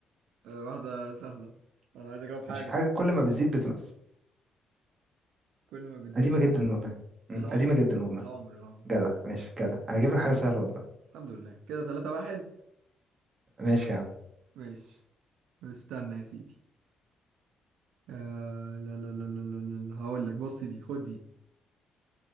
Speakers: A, on the right (about 85°); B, on the right (about 35°).
A: أه واحدة سهلة انا عايز اجاوب حاجة
B: ماشي حاجة كل ما بتزيد بتنقص
A: كل ما بتزيد
B: قديمة
A: بتنقص
B: جدا والله مم،
A: العمر
B: قديمة جدا والله
A: العمر العمر
B: جدع ماشي جدع انا جايب لك حاجة
A: الحمد
B: سهلة
A: لله
B: والله
A: الحمد لله كده 3 واحد
B: ماشي يا عم
A: ماشي استنى يا سيدي أه لا لا لا لا لا لا هقول لك بص دي خد دي